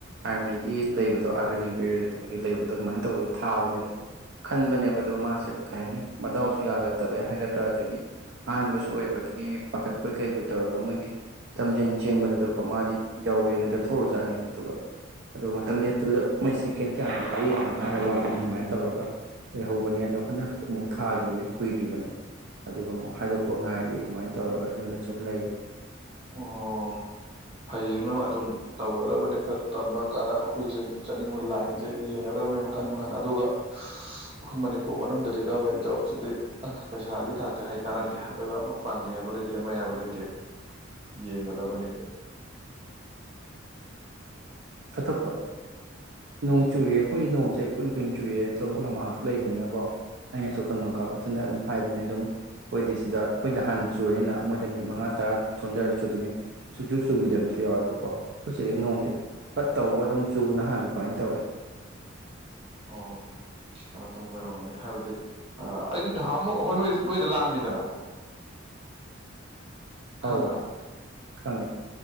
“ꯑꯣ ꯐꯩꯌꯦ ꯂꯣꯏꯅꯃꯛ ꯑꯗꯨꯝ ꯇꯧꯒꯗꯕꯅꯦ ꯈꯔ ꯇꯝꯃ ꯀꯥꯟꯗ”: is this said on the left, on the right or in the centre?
Right